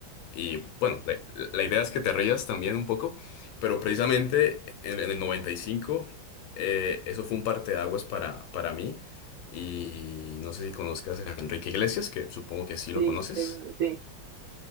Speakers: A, on the left; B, on the right.
A: Y bueno, la, la idea es que te rías también un poco, pero precisamente en, en el 95, eh, eso fue un parteaguas para, para mí. Y no sé si conozcas a Enrique Iglesias, que supongo que sí lo
B: Sí,
A: conoces.
B: seguro, sí,